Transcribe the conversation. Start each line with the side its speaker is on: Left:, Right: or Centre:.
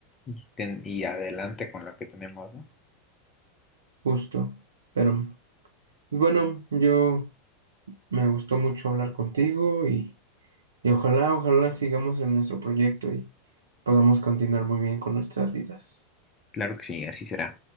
Left: y, ten- y adelante con lo que tenemos, ¿no?
Right: justo. Pero bueno, yo me gustó mucho hablar contigo y, y ojalá, ojalá sigamos en nuestro proyecto y podamos continuar muy bien con nuestras vidas.
Left: Claro que sí, así será.